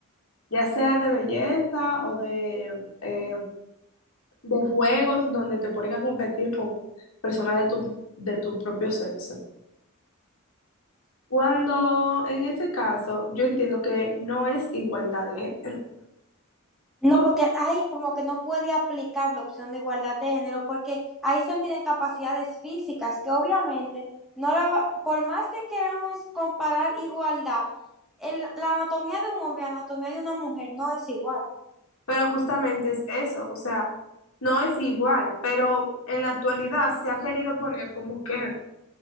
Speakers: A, on the left (about 75°); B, in the centre.
A: ya sea de belleza o de, eh, de juegos donde te ponen a competir con personas de tu, de tu propio sexo. Cuando en ese caso, yo entiendo que no es igualdad de género,
B: No,
A: ¿por?
B: porque ahí como que no puede aplicar la opción de igualdad de género, porque ahí se miden capacidades físicas, que obviamente no la va- por más que queramos comparar igualdad, el- la anatomía de un hombre y la anatomía de una mujer no es igual.
A: pero justamente es eso, o sea, no es igual, pero en la actualidad se ha querido poner como que